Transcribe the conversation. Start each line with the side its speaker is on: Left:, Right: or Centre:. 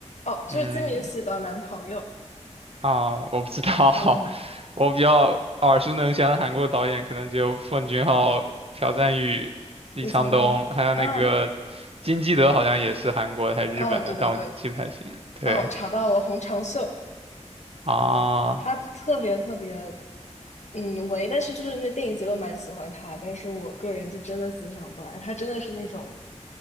Left: 哦，就是金敏喜的男朋友，
Right: 嗯，啊，我不知道，
Left: 嗯，
Right: <laughs> 我比较耳熟能详的韩国导演可能就奉俊昊、朴赞郁、李沧东，
Left: 李沧东，
Right: 还有那个金基德，
Left: 嗯，
Right: 好像也是韩国的还是日本的，
Left: 哦，对对对，
Right: 但我记不太清了。对
Left: 哦，查到了，洪长秀，
Right: 啊，
Left: 他特别特别，嗯，唯，但是就是那电影节都蛮喜欢他，但是我个人就真的欣赏不来，他真的是那种，